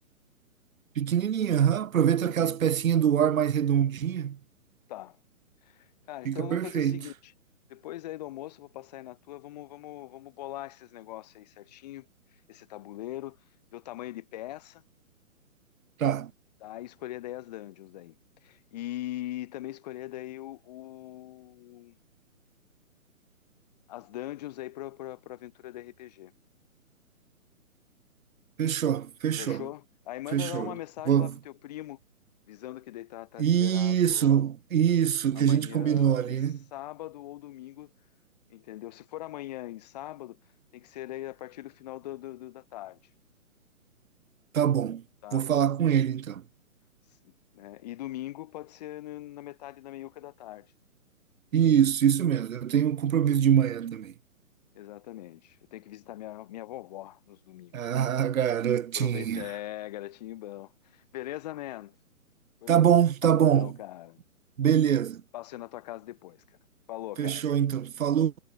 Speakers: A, on the right; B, on the left.
A: Pequenininha, aham. Aproveita
B: Uhum.
A: aquelas pecinhas do ar mais redondinha,
B: Tá. Cara,
A: fica
B: então eu
A: perfeito.
B: vou fazer o seguinte. Depois aí do almoço eu vou passar aí na tua. Vamos, vamos, vamos bolar esses negócios aí certinho. Esse tabuleiro. Ver o tamanho de peça,
A: Tá,
B: tá? E escolher daí as dungeons daí. E também escolher daí o, o- as dungeons aí para pra, pra aventura do RPG.
A: fechou, fechou,
B: Fechou? Aí manda
A: fechou.
B: lá uma mensagem
A: Vou-
B: lá pro teu primo, visando que daí tá, tá
A: Isso,
B: liberado ó,
A: isso
B: amanhã
A: que a gente combinou ali,
B: e sábado
A: né?
B: ou domingo, entendeu? Se for amanhã e sábado, tem que ser aí a partir do final do, do- do- da tarde,
A: Tá bom,
B: tá?
A: vou falar com ele então.
B: S- né? E domingo pode ser no- na metade da meiuca da tarde,
A: Isso, isso mesmo. Eu tenho um compromisso de manhã também.
B: exatamente. Eu tenho que visitar minha, minha vovó nos domingos.
A: Ah, garotinha.
B: Aproveita, é, garotinho bom. Beleza, man? Depois
A: Tá
B: a gente
A: bom,
B: se fala
A: tá bom.
B: então, cara.
A: Beleza.
B: Passo aí na tua casa depois, cara. Falou,
A: Fechou
B: cara.
A: então. Falou.